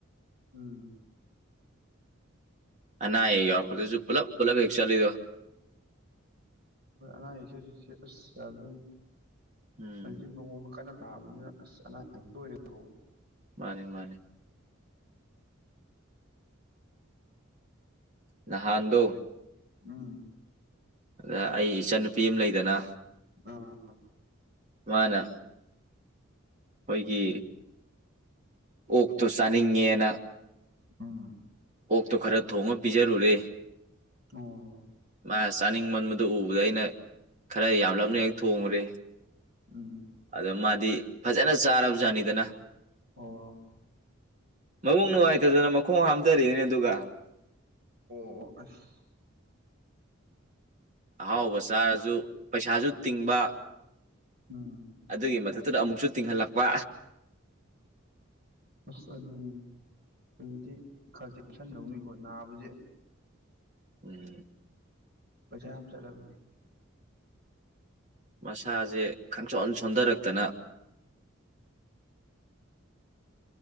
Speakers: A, on the right; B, on the right.
A: ꯎꯝ
B: ꯅꯥ ꯌꯔꯁꯨ ꯄꯨꯂꯞ ꯄꯨꯂꯞ ꯍꯤ ꯆꯂꯤꯗꯣ
A: ꯅꯥꯁꯦ ꯑ ꯁꯥ ꯌꯥꯖꯔ
B: ꯎꯝ
A: ꯍꯥꯏ ꯂꯣꯡ ꯀꯅ ꯁꯥꯕꯅꯤꯅ ꯑꯁ ꯑꯅꯥꯇꯣꯏꯔꯦꯀꯣ
B: ꯃꯥꯅꯤ ꯃꯥꯅꯤ ꯅꯍꯥꯟꯗꯣ
A: ꯑꯥ
B: ꯑꯗ ꯑꯩ ꯏꯆꯟꯅꯨꯄꯤ ꯑꯃ ꯂꯩꯗꯅ
A: ꯑ
B: ꯃꯥꯅ ꯑꯩꯈꯣꯏꯒꯤ ꯑꯣꯛꯇꯣ ꯆꯥꯅꯤꯡꯉꯦꯅ
A: ꯎꯝ
B: ꯑꯣꯛꯇꯣ ꯈꯔ ꯊꯣꯡꯉ ꯄꯤꯖꯔꯨꯔꯦ
A: ꯑꯣ
B: ꯃꯥ ꯆꯥꯅꯤꯡ ꯃꯟꯕꯗꯨ ꯎꯕꯗ ꯑꯩꯅ ꯈꯔ ꯌꯥꯝꯂꯞꯅ ꯍꯦꯛ ꯊꯣꯡꯉꯨꯔꯦ
A: ꯎꯝ
B: ꯑꯗ ꯃꯥꯗꯤ ꯐꯖꯅ ꯆꯥꯔꯕꯖꯥꯅꯤꯗꯅ
A: ꯑꯣ
B: ꯃꯕꯨꯛ ꯅꯨꯡꯉꯥꯏꯇꯗꯅ ꯃꯈꯣꯡ ꯍꯥ ꯗꯔꯤꯅꯦ ꯑꯗꯨꯒꯒ
A: ꯑꯣ ꯑꯁ
B: ꯑꯍꯥꯎꯕ ꯆꯥꯔꯁꯨ ꯄꯩꯁꯥꯁꯨ ꯇꯤꯡꯕ
A: ꯎꯝ
B: ꯑꯗꯨꯒꯤ ꯃꯊꯛ ꯗ ꯑꯃꯨꯛꯁꯨ ꯇꯤꯡꯍꯜꯂꯛꯄ
A: ꯑꯁ ꯑꯗꯨꯅꯤ ꯍꯧꯖꯤꯛꯇꯤ ꯈꯔ ꯆꯦꯛꯁꯤꯟꯗꯧꯅꯤꯀꯣ ꯅꯥꯕꯁꯦ
B: ꯎꯝ
A: ꯄ ꯑꯝ ꯆꯂꯕꯅꯤ
B: ꯃꯁꯥꯁꯦ ꯈꯪꯆꯣꯟ ꯁꯣꯟꯊꯔꯛꯇꯅ